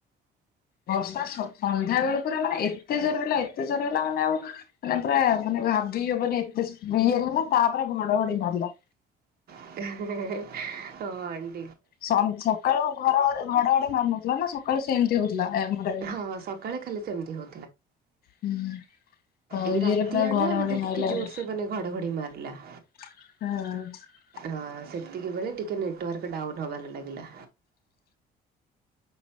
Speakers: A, on the left; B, on the right.
A: ବର୍ଷା ସ ସନ୍ଧ୍ୟାବେଳେ ପୁରା ମାନେ ଏତେ ଜୋରେ ହେଲା ଏତେ ଜୋରେ ହେଲା ମାନେ ଆଉ ମାନେ ପୁରା ମାନେ ଭାବି ହବନି ଏତେ ସ୍ପ୍ରି ହେଲା ତାପରେ ଘଡଘଡି ମାରିଲା।
B: <inaudible> ହଁ <unintelligible>
A: ସନ୍ ସକାଳୁ ଘଡ ଘ ଘଡ ଘଡି ମାରୁନଥିଲା ନା ସକାଳୁ ସେମିତି ହଉଥିଲା ଏ ଆମର ଏ
B: ହଁ ସକାଳେ ଖାଲି ସେମିତି ହଉ
A: ହୁଁ। ତ
B: ଏଇ ରାତି
A: ଇଏରେ ପୁରା
B: ଆଡୁଆ
A: ଘଡଘଡି
B: ବୋଧେ
A: ମାଇଲା
B: ଟିକେ ଜୋର
A: ଆଉ।
B: ସେ ମାନେ ଘଡଘଡି ମାରିଲା।
A: ହୁଁ।
B: ହଁ ସେତିକି ବେଳେ ଟିକେ ନେଟୱାର୍କ ଡାଉନ ହବାର ଲାଗିଲା।